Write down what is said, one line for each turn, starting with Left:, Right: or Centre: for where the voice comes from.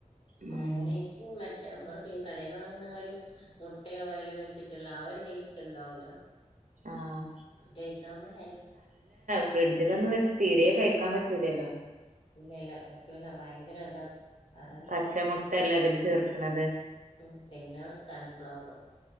Right: ഉം
Left: മയോ മയോണൈസ് മറ്റേ നമ്മള് കടേന്ന് വാങ്ങുന്ന ആ ഒരു മുട്ടയും ഓയിലും വെച്ചിട്ടുള്ള ആ ഒരു ടേസ്റ്റ് ഉണ്ടാവൂല
Right: ആഹ്
Left: മറ്റേ ഇതാകുമ്പോ ഹെൽ
Right: ഫ്രിഡ്ജിലൊന്ന് വെച്ച് തീരേ കഴിക്കാൻ പറ്റൂലല്ലോ
Left: ഇല്ല ഇല്ല പറ്റൂല ഭയങ്കര ഇതാ പറയണട്ടേക്ക
Right: പച്ചമുട്ട ല്ലെ അതില് ചേർക്കണത്
Left: ഉം പിന്നെ സൺഫ്ലവറും